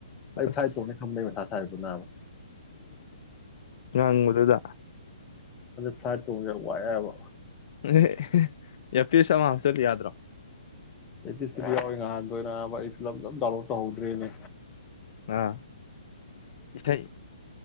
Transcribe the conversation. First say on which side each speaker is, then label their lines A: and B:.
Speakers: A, on the left; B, on the left.
A: ꯑꯩ
B: ꯑꯁ
A: ꯐ꯭ꯂꯥꯢꯠ ꯇꯣꯡꯅꯦ ꯈꯟꯕꯗ ꯑꯩ ꯃꯊꯥ ꯍꯥꯏꯕ ꯅꯥꯕ
B: ꯉꯥꯡꯕꯗꯨꯗ
A: ꯐ꯭ꯂꯥꯢꯠ ꯇꯣꯡꯕꯁꯦ ꯌꯥꯝ ꯋꯥꯢꯌꯦꯕ
B: <unintelligible> ꯑꯦꯔ ꯄꯤꯁ ꯑꯃ ꯍꯞꯆꯤꯜꯂꯣ ꯌꯥꯗ꯭ꯔꯣ
A: ꯏꯔꯄꯤꯁ ꯀꯤꯗꯤ ꯌꯥꯎꯏ ꯉꯍꯥꯟꯗꯣꯏ ꯅꯕ ꯑꯩ ꯐꯤꯂꯝ ꯑꯗꯨꯝ ꯗꯥꯎꯟꯂꯣꯗ ꯇꯧꯍꯧꯗ꯭ꯔꯦꯅꯦ
B: ꯑꯥ ꯏꯁꯩ